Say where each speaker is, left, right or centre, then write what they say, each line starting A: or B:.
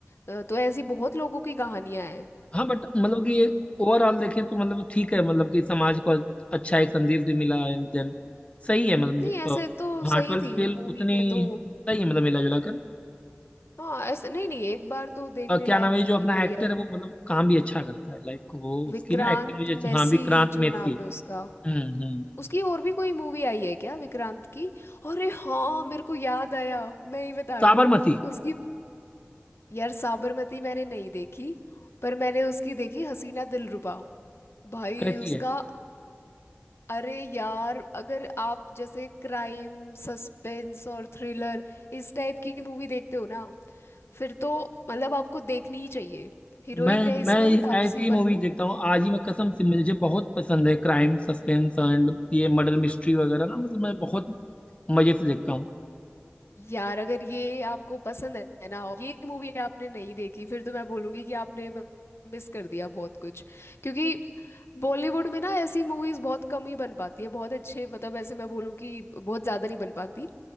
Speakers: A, on the left; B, on the left.
A: अ, तो ऐसी बहुत लोगों की कहानियां हैं
B: हाँ बट मतलब कि ये ओवरऑल देखें तो मतलब ठीक है मतलब कि समाज को अच्छा एक संदेश भी मिला एंड देन सही है मतलब
A: नहीं ऐसे
B: अ,
A: तो सही
B: हाँ ट्वेल्थ
A: थी
B: फेल
A: मूवी
B: उतनी
A: में तो
B: सही है मतलब मिला जुला
A: हाँ ऐसे नहीं नहीं एक बार तो देखने
B: अ, क्या
A: लायक
B: नाम है ये जो
A: थी
B: अपना
A: बढ़िया
B: एक्टर है वो मतलब काम भी अच्छा करता है लाइक वो उसकी
A: विक्रांत
B: ना एक्टिंग मुझे अच्छी-
A: मैसी
B: हाँ विक्रांत
A: जो
B: मेसी
A: नाम है उसका
B: हम्म हम्म
A: उसकी और भी कोई मूवी आई है क्या विक्रांत की अरे हाँ मेरे को याद आया मैं ही बता
B: साबरमती
A: रही हूँ उसकी यार साबरमती मैंने नहीं देखी पर मैंने उसकी देखी हसीना दिलरुबा भाई
B: कैसी
A: उसका
B: है
A: अरे यार अगर आप जैसे क्राइम सस्पेंस और थ्रिलर इस टाइप की मूवी देखते हो ना फिर तो मतलब आपको देखनी ही चाहिए हीरोइन
B: मैं
A: है इसमें
B: मैं
A: तापसी
B: ऐसी मूवी
A: पन्नू
B: देखता हूँ आज ही मैं कसम से मुझे बहुत पसंद है क्राइम सस्पेंस एंड ये मर्डर मिस्ट्री वगैरह ना मतलब मैं बहुत मजे से देखता हूँ
A: यार अगर ये आपको पसंद है ना और ये मूवी आपने नहीं देखी फिर तो मैं बोलूंगी कि आपने मिस कर दिया बहुत कुछ क्योंकि बॉलीवुड में ना ऐसी मूवीज बहुत कम ही बन पाती है बहुत अच्छे मतलब ऐसे मैं बोलूँ कि बहुत ज़्यादा नहीं बन पाती